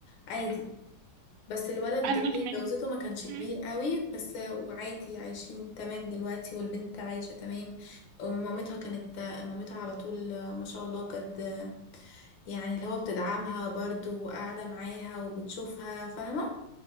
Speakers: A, on the left; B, on the right.
A: عادي بس الولد
B: أنا
A: اللي
B: كمان
A: هي جوزته ما كانش كبير
B: مم.
A: قوي بس آه، وعادي عايشين تمام دلوقتي والبنت عايشة تمام ومامتها كانت آه، مامتها على طول آه، ما شاء الله بجد يعني اللي هو بتدعمها برضو وقاعدة معاها وبتشوفها فاهمة